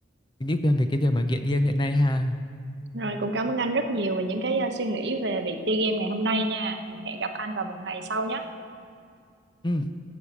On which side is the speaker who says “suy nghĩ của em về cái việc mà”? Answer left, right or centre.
Left